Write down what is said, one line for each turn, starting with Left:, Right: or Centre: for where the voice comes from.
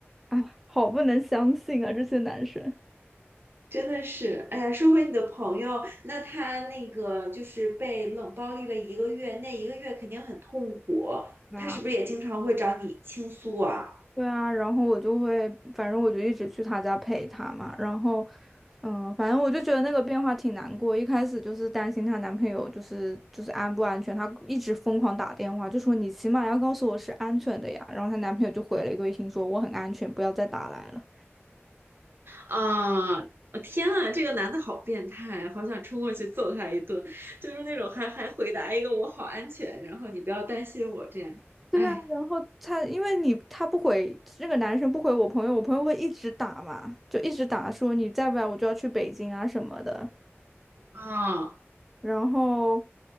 Centre: 啊，好不能相信啊，这些男生。
Right: 真的是，哎呀，说回你的朋友，那他那个就是被冷暴力了一个月，那一个月肯定很痛苦，
Centre: 对啊，
Right: 他是不是也经常会找你倾诉啊？
Centre: 对啊，然后我就会，反正我就一直去他家陪他嘛。然后，嗯，反正我就觉得那个变化挺难过。一开始就是担心她男朋友就是就是安不安全，她一直疯狂打电话，就说你起码要告诉我是安全的呀。然后她男朋友就回了一个微信说我很安全，不要再打来了。
Right: 啊！哦天啊，这个男的好变态，好想冲过去揍他一顿，就是那种还还回答一个“我好安全”，然后你不要担心我这样。
Centre: 对啊，
Right: 哎，
Centre: 然后他因为你他不回那个男生不回我朋友，我朋友会一直打嘛，就一直打说你再不来我就要去北京啊什么的。
Right: 啊
Centre: 然后